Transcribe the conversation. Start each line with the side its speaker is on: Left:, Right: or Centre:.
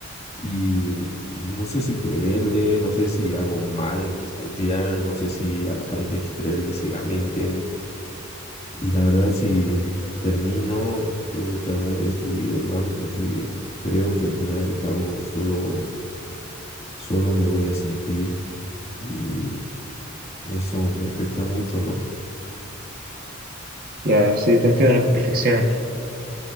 Left: Y no sé si creerle, no sé si hago mal en desconfiar, no sé si a la pareja hay que creerle ciegamente. en- Y la verdad, si termino, yo voy a estar muy destruido, hermano, porque creo que al final y al cabo solo, solo me voy a sentir y eso me afecta mucho, ¿no?
Right: Ya, sí, te entiendo a la perfección.